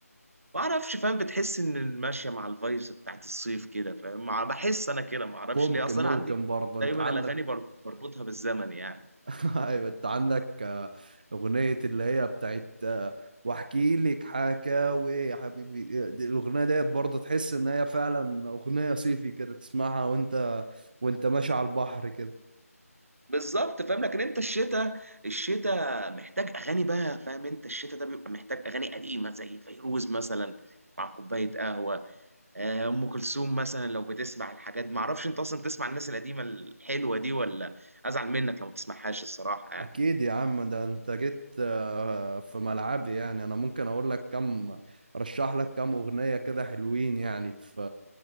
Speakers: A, on the right; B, on the right.
A: ما اعرفش فاهم بتحس ان ماشيه مع الفايبس بتاعت الصيف كده فاهم مع- بحس انا كده ما اعرفش
B: ممكن
A: ليه اصلا
B: ممكن
A: أنا عندي
B: برضه انت
A: دايما
B: عندك
A: الاغاني بر- بربطها بالزمن يعني
B: <laughs> ايوه انت عندك آه، اغنية اللي هي بتاعت آه، واحكي لك حكاوي يا حبيبي آه، دي- الاغنية ديت برضه تحس ان هي فعلا اغنية صيفي كده تسمعها وانت وانت ماشي على البحر كده
A: بالظبط فاهم لكن انت الشتاء الشتاء محتاج اغاني بقى فاهم انت الشتاء ده بيبقى محتاج اغاني قديمه زي فيروز مثلا مع كوبايه قهوه آه، ام كلثوم مثلا لو بتسمع الحاجات ما اعرفش انت اصلا بتسمع الناس القديمه الحلوه دي ولا ازعل منك لو ما بتسمعهاش الصراحه يعني
B: اكيد يا عم ده انت جيت آه، في ملعبي يعني انا ممكن اقول لك كم رشح لك كم اغنية كده حلوين يعني في